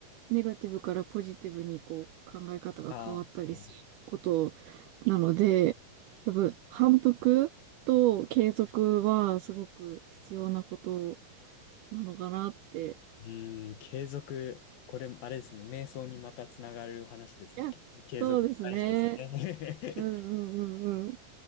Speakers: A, on the right; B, on the left.
A: う、ネガティブからポジティブにこう、考え方が変わったりすること
B: ああ、
A: なので、やっぱ反復と継続はすごく必要なことなのかなって。
B: うん、継続。これ、あれですね。瞑想にまたつながる話ですね。
A: いや、
B: 継継続大事ですね。
A: そうですね。うんう
B: <laughs>
A: んうんうん。